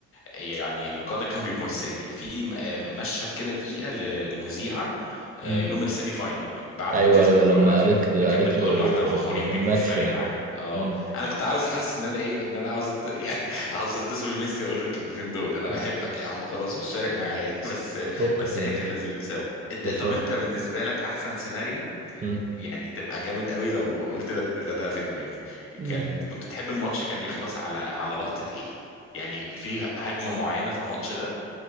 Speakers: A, on the left; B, on the right.
A: يعني اللقاء ده كان بيمثلني في م- م- مشهد كده دقيقة ل- لمذيعة آه،
B: مم.
A: يوم السيمي فاينل بعد
B: ايوه
A: ما كسبوا
B: ايوه
A: كرواتيا
B: لما قالت لي
A: اللي كانت
B: قالت
A: بتقول
B: له
A: له احنا فخورين
B: ما يهمكش
A: بيكم مش فارق
B: يعني
A: معانا اه
B: مم.
A: انا كنت عاوز حاسس ان انا ايه ان انا عاوز أت... <laughs> يعني عاوز اتصل بميسي اقول له الكلمتين دول انا
B: بالظبط
A: بحبك يا عم خلاص مش فارق معايا <laughs> بس
B: فكك
A: بس
B: يعني
A: هي كان لازم يكسبوا انت
B: بالظبط
A: طب انت بالنسبة لك احسن سيناريو
B: مم.
A: يعني تبقى جامد قوي لو قلت نفس اللي ده في دماغي
B: مم.
A: كان كنت تحب الماتش كان يخلص على على لقطة ايه يعني في هجمة معينة في الماتش ده